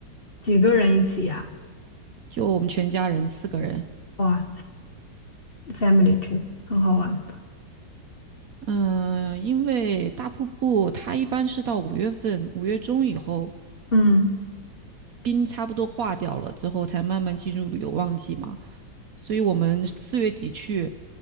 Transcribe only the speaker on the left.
几个人一起呀？
哇，family trip，很好玩。
嗯